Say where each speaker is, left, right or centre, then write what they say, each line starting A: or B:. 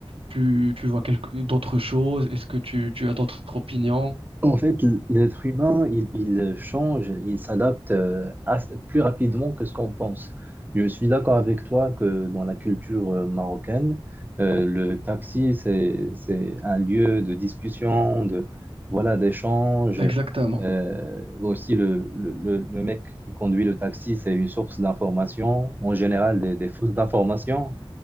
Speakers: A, on the right (about 70°); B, on the right (about 20°).
A: tu, tu vois quelque, d'autres choses? Est-ce que tu, tu as d'autres opinions?
B: En fait, l- l'être humain, il, il euh, change, il s'adapte euh, ass- plus rapidement que ce qu'on pense. Je suis d'accord avec toi que dans la culture euh, marocaine, euh, le taxi, c'est, c'est un lieu de discussion, de, voilà, d'échange.
A: Exactement.
B: Euh, aussi, le, le, le- le mec qui conduit le taxi, c'est une source d'information, en général des, des fausses informations.